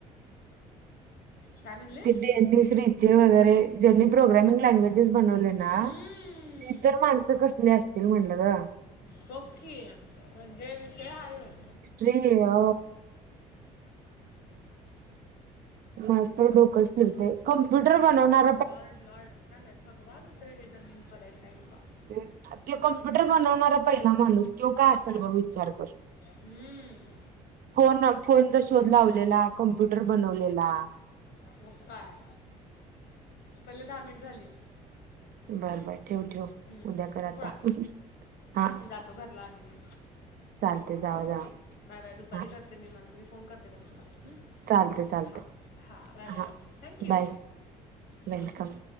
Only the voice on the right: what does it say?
तिथे <unintelligible> रिचेल वगैरे ज्यांनी प्रोग्रामिंग लँग्वेजेस बनवले. ती
तर माणसं कसली असतील म्हणलं ग.
रे अ माझं तर डोकंच फिरतंय कॉम्प्युटर बनवणा-
ते, त्यो कम्प्युटर बनवणारा पहिला माणूस त्यो काय असेल बघ विचार कर.
होना, फोनचा शोध लावलेला कम्प्युटर बनवलेला.
बर बर, ठेव ठेव,
उद्याकर आता हा.
चालते जावा
जावा
हा
चालते चालते
हा
बाय
वेलकम